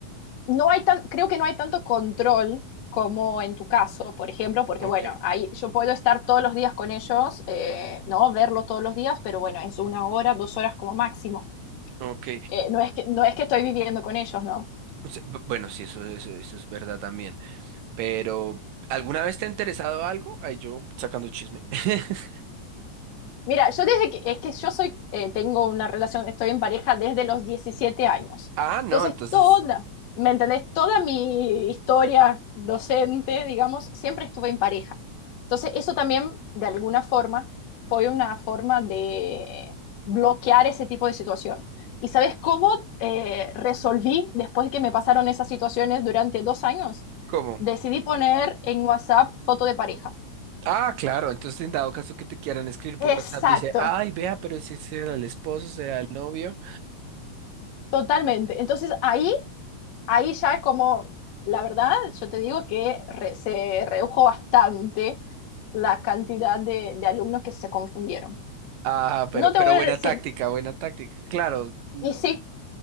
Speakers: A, on the left; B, on the right.
A: no hay tan, creo que no hay tanto control como en tu caso, por ejemplo, porque
B: Ok,
A: bueno, ahí yo puedo estar todos los días con ellos, eh, no verlos todos los días, pero bueno, es una hora, dos horas como máximo.
B: ok.
A: Eh, no es que, no es que estoy viviendo con ellos, ¿no?
B: O sea, b- Bueno, sí, eso, eso, eso es verdad también. Pero, ¿alguna vez te ha interesado algo? Ay, yo sacando chisme. <laughs>
A: Mira, yo desde que, es que yo soy, eh, tengo una relación, estoy en pareja desde los 17 años.
B: Ah, no,
A: Entonces,
B: entonces,
A: toda, ¿me entendés? Toda mi historia docente, digamos, siempre estuve en pareja. Entonces, eso también, de alguna forma, fue una forma de bloquear ese tipo de situación. ¿Y sabes cómo eh, resolví después que me pasaron esas situaciones durante dos años?
B: ¿cómo?
A: Decidí poner en WhatsApp foto de pareja.
B: Ah, claro, entonces en dado caso que te quieran escribir por
A: Exacto,
B: WhatsApp, dice, ay, vea, pero ese será el esposo, será el novio.
A: totalmente. Entonces ahí ahí ya es como, la verdad, yo te digo que re- se redujo bastante la cantidad de, de alumnos que se confundieron.
B: Ah, pero,
A: No te
B: pero
A: voy a
B: buena
A: decir,
B: táctica, buena táctica. Claro. mm,
A: y sí,